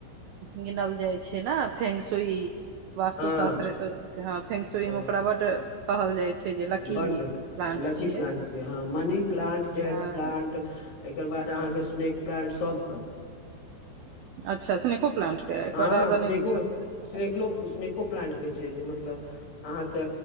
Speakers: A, on the right; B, on the left.
A: गिनल जाइ छै ने फेगसई वास्तु
B: हँ
A: शास्त्र अ फेगसुई
B: हँ
A: म उक्रा बट। कहल जाइ छै जे लकी
B: बड्ड
A: प्लांट
B: लकी
A: छियै
B: प्लांट छै हँ मनी प्लांट जेड
A: हँ
B: प्लांट एकर बाद अहाँके स्नेक प्लांट सबके
A: अच्छा स्नेको प्लांट के एकर
B: हँ
A: आदा
B: श्नेकु
A: नहि बुझल गेल छल
B: श्नेकलो श्नेक को प्लांट के छै जे मतलब अहाँके